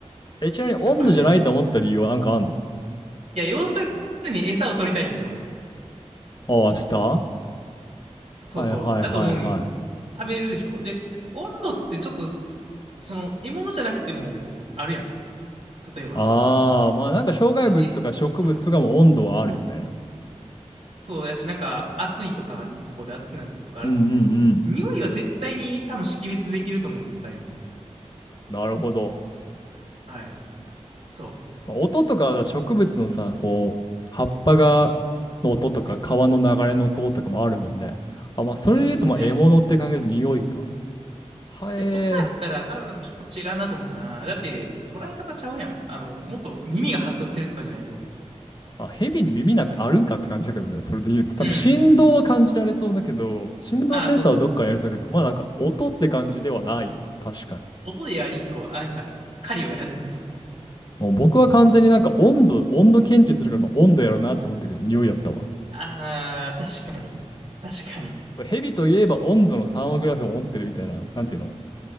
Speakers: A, on the left; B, on the right.
A: え、ちなみに温度じゃないと思った理由はなんかあんの
B: やっぱね、いや、要するに餌を取りたいんでしょ
A: ああ、下はいはいはいはい。
B: そうそう。だと思う。食べるでしょで、温度ってちょっとその、獲物じゃなくても、あるやん。例えば。
A: ああ、まあなんか障害物とか植物とかも温度はあるよね。
B: だって、うん。そうやし、なんか、暑いとか、日光で暑くなってるとかあると思うけど、
A: うんうんうん。
B: 匂いは絶対に多分識別できると思ったんよ。
A: なるほど。
B: はい。そ
A: まあ音とか植物のさ、こう、葉っぱが、
B: う。うん。
A: の音とか、
B: うん。
A: 川の流れの音とかもあるもんね。あ、まあ、それで言うと、
B: うん。
A: まあ、
B: で、
A: 獲物って感じで匂いか。はえー。
B: だって音やったら多分ちょっと違うなと思ったな。だって、捉え方ちゃうやん。あの、もっと耳が発達してるとかじゃないと。
A: まあ、蛇に耳なんてあるんかって感じだけどね。それで言うと、多分振動は感じられそうだけど、
B: うん。
A: 振動センサーはどっかにありそうだけど、
B: ああ、そうそうそう。
A: まあなんか音って感じではないわ。確かに。
B: 音でや、いそう。なんか、狩りをやってなさそう。
A: もう僕は完全になんか温度、温度検知するから、まあ、温度やろうなって思ったけど、匂いだったわ。
B: ああ、確かに。確かに。
A: 蛇といえば温度のサーモグラフィーを持ってるみたいな、なんていうの